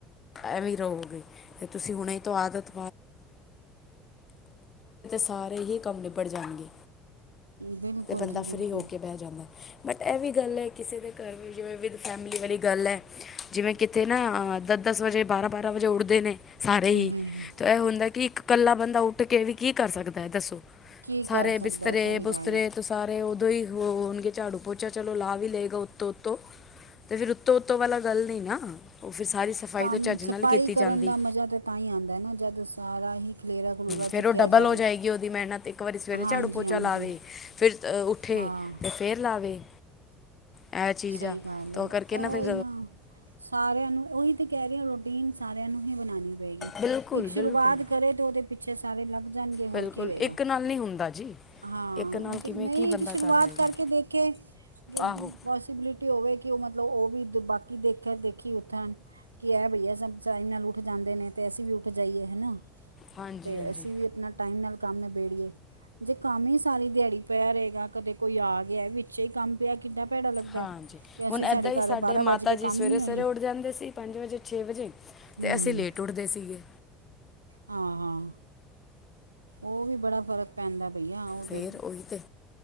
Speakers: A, on the left; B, on the right.
A: ਆਵੇ ਰਹੋਗੇ, ਤੁਸੀਂ ਹੁਣੇ ਤੋਂ ਆਦਤ ਸਾਰੇ ਹੀ ਕੰਮ ਨਿਬੜ ਜਾਣਗੇ।
B: ਬਿਲਕੁਲ
A: ਬੰਦਾ
B: ਜੀ
A: ਸ਼ੁਰੂ
B: ਬਿਲਕੁਲ
A: ਹੋ ਕੇ ਬਹਿ ਜਾਂਦਾ। ਬਟ ਇਹ ਵੀ ਗੱਲ ਹ ਕਿਸੇ ਦੇ ਘਰ ਵੀ ਜਿਵੇਂ ਵਿਦ ਫੈਮਲੀ ਮੇਰੀ ਗੱਲ ਹ ਜਿਵੇਂ ਕਿਤੇ ਨਾ ਤ ਦਸ ਵਜੇ ਬਰਾ ਵਜੇ ਉੱਠਦੇ ਨੇ ਸਾਰੇ
B: ਹੂ
A: ਹੀ
B: ਹੂ ਹੂ
A: ਤਾਂ ਇਹ ਹੁੰਦਾ ਕਿ ਇੱਕ ਕੱਲਾ ਬੰਦਾ ਉੱਡ ਕੇ ਵੀ ਕੀ ਕਰ ਸਕਦਾ ਦੱਸੋ?
B: ਕੀ
A: ਸਾਰੇ
B: ਕਰ ਸਕਦਾ
A: ਬਿਸਤਰੇ
B: ਹੈ, ਸਹੀ
A: ਬੁਸਤਰੇ
B: ਗੱਲ ਹੈ
A: ਤੇ ਸਾਰੇ ਤੋ ਉਨਕੇ ਝਾੜੂ ਪੋਚਾ ਚਲੋ ਲਾ ਵੀ ਲਏਗਾ ਉੱਤੋਂ ਉੱਤੋਂ ਤੇ ਫਿਰ ਉੱਤੋਂ ਉੱਤੋਂ ਪਹਿਲਾਂ ਗੱਲ ਨਹੀਂ ਨਾ। ਉਹ ਫਿਰ ਸਾਰੀ ਸਫਾਈ
B: ਕਮ
A: ਤੋਂ ਚੱਜ ਨਾਲ
B: ਸਫਾਈ
A: ਕੀਤੀ ਜਾਂਦੀ
B: ਕਰਨ ਦਾ ਮਜਾ ਤੇ ਤਾਂ ਹੀ ਆਉਂਦਾ ਨਾ ਜਦ ਸਾਰਾ ਹੀ ਖਲੇਰਾ ਖਲੂਰਾ
A: ਫਿਰ
B: ਚੁੱਕਿਆ
A: ਉਹ ਡਬਲ
B: ਜਾਵੇ
A: ਹੋ ਜਾਏਗੀ ਉਹਦੀ ਮਿਹਨਤ ਇੱਕ ਵਾਰੀ ਸਵੇਰੇ
B: ਹਾਂਜੀ
A: ਝਾੜੂ ਪੋਚਾ
B: ਹਾਂਜੀ
A: ਲਾ ਦੇ ਫਿਰ ਲਾ ਦੇ
B: ਹਾਂ
A: ਤੇ ਫਿਰ ਲਾਵੇ ਇਹ ਚੀਜ਼
B: ਸਹੀ
A: ਆ
B: ਗੱਲ
A: ਤਾਂ ਕਰਕੇ
B: ਹ
A: ਫਿਰ
B: ਨਾ ਸਾਰਿਆਂ ਨੂੰ ਉਹੀ ਤੇ ਕਹਿ ਰਹੇ ਤੇ ਸਾਰਿਆਂ ਨੂੰ ਹੀ ਬਣਾਣੀ ਪਏਗੀ
A: ਬਿਲਕੁਲ
B: ਇੱਕ ਸ਼ੁਰੂਆਤ
A: ਬਿਲਕੁਲ
B: ਕਰੇ ਤੇ ਉਹਦੇ ਪਿੱਛੇ ਸਾਰੇ ਲੱਗ ਰਨ ਗਏ ਹੋਰ
A: ਬਿਲਕੁਲ
B: ਕੀ ਹੋਏਗਾ।
A: ਇੱਕ ਨਾਲ ਨਹੀਂ ਹੁੰਦਾ ਜੀ
B: ਹਾਂ।
A: ਇੱਕ ਨਾਲ
B: ਉਹ ਤੇ
A: ਕਿਵੇਂ
B: ਨਹੀਂ
A: ਕੀ ਬੰਦਾ
B: ਸ਼ੁਰੂਆਤ
A: ਕਰ ਲਏਗਾ
B: ਕਰਕੇ ਦੇਖੇ ਇਹ
A: ਆਹੋ
B: ਪੋਸੀਬਿਲਿਟੀ ਹੋਵੇ ਕਿ ਉਹ ਮਤਲਬ ਉਹ ਵੀ ਬਾਕੀ ਦੇਖਿਆ ਦੇਖੀ ਕਿ ਬਈ ਨਾਲ ਉੱਠ ਜਾਂਦੇ ਨੇ ਤੇ ਅਸੀਂ ਵੀ ਉਠ ਜਾਈਏ ਹੈਨਾ।
A: ਹਾਂਜੀ
B: ਤੇ
A: ਹਾਂਜੀ
B: ਅਸੀਂ ਵੀ ਆਪਣਾ ਟਾਈਮ ਨਾਲ ਕੰਮ ਨਿ- ਜੇ ਕੰਮ ਹੀ ਸਾਰੀ ਦਿਹਾੜੀ ਪਿਆ ਰਹੇਗਾ ਕਦੇ ਕੋਈ ਆ ਗਿਆ ਵਿੱਚੇ ਕੰਮ ਪਿਆ ਕਿੱਡਾ ਭੈੜਾ ਲੱਗਦਾ
A: ਹਾਂ।
B: ਹੈ
A: ਜੀ
B: ਕਿ ਅਸੀਂ
A: ਹੁਣ ਇਦਾਂ ਹੀ
B: ਘਰ
A: ਸਾਡੇ
B: ਬਾਰਾਂ ਵੱਜ
A: ਮਾਤਾ
B: ਕੇ
A: ਜੀ
B: ਕੰਮ
A: ਸਵੇਰੇ
B: ਹੀ ਨਹੀਂ
A: ਸਵੇਰੇ
B: ਹੋਈਆਂ
A: ਉੱਠ ਜਾਂਦੇ ਸੀ ਪੰਜਵੇਂ ਚੋਂ ਛੇ ਵਜੇ
B: ਹੂੰ
A: ਤੇ ਅਸੀਂ ਲੇਟ ਉੱਠਦੇ ਸੀਗੇ।
B: ਹਾਂ ਹਾਂ। ਔ ਵੀ ਬੜਾ ਫਰਕ ਪੈਂਦਾ ਭਇਆ ਔ
A: ਫੇਰ
B: ਤੇ
A: ਉਹੀ ਤੇ